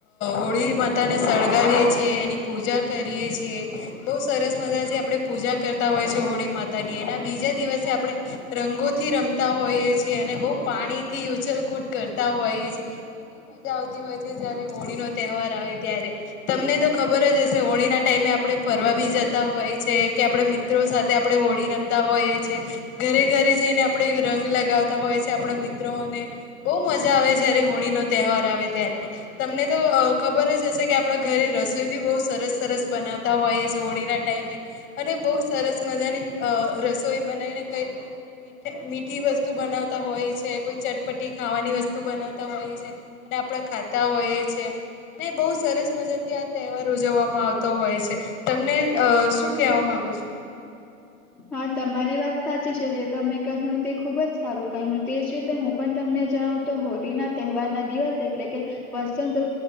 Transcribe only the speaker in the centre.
હા તમારી વાત સાચી છે જે તમે કહ્યું તે ખુબ જ સારું કહ્યું તેજ રીતે હું પણ તમને જણાવુ તો હોળી ના તહેવાર ના દિવસ એટલે કે અત્યાર તો